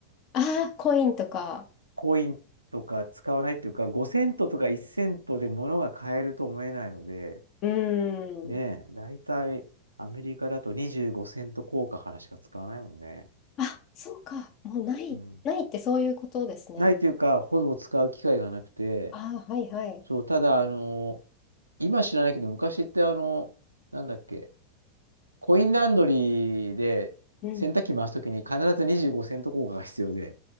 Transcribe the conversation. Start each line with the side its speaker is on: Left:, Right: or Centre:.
Left: ああ、コインとか。
Right: コインとか使わないっていうか、5セントとか1セントで物が買えると思えないので、
Left: うん。
Right: ねえ、大体アメリカだと25セント硬貨からしか使わないもんね。
Left: あ、そうか。もうない。
Right: うん、
Left: ないってそういうことですね。
Right: ないというか、ほぼ使う機会がなくて、
Left: ああ、はいはい。
Right: そう、ただ、あの、今知らないけど、昔ってあの、なんだっけ、コインランドリーで洗濯機回すときに必ず25セント硬貨が必要で、
Left: うん。